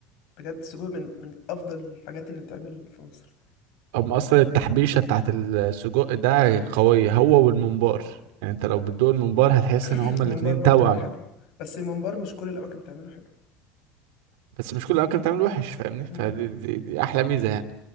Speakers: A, on the left (about 50°); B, on the right (about 75°).
A: بجد السجق من من افضل الحاجات اللي بتعمل في مصر
B: هم اصلا التحبيشه بتاعت السجق ده قويه هو والممبار يعني انت لو بتدوق الممبار هتحس
A: <laughs>
B: ان هما
A: الممبار
B: الاتنين
A: برضو
B: توأم
A: انا بحبه بس الممبار مش كل الاماكن بتعمله حلو
B: بس مش كل الاماكن بتعمل وحش فاهمني فدي
A: امم
B: دي, دي احلى ميزه يعني